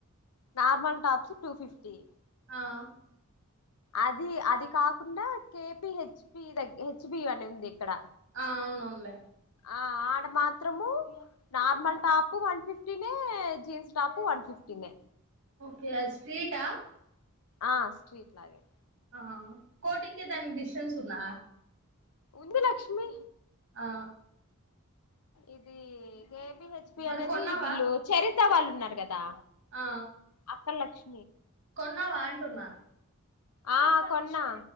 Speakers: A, on the left; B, on the right.
A: normal tops two fifty
B: ఆ
A: అది అది కాకుండా కేపి హెచ్బి దగ హెచ్బి అని ఉంది ఇక్కడ
B: ఆ అవునవున్లే
A: ఆ ఆడ మాత్రము నార్మల్ టాపు వన్ ఫిఫ్టీనే జీన్స్ టాపు వన్ ఫిఫ్టీనే.
B: ఓకే అద్ స్ట్రీట?
A: ఆ స్ట్రీట్ లాగే
B: ఆ కోటికి దానికి డిస్టెన్స్ ఉంద?
A: ఉంది లక్ష్మి
B: ఆ
A: ఇది కేప్ పి హెచ్ పి
B: మరి
A: అనేది
B: కొన్నావా
A: వీళ్ళు చరిత వాళ్ళు ఉన్నారు కదా
B: ఆ
A: అక్క లక్ష్
B: కొన్నావా అంటున్నా.
A: ఆ కొన్నా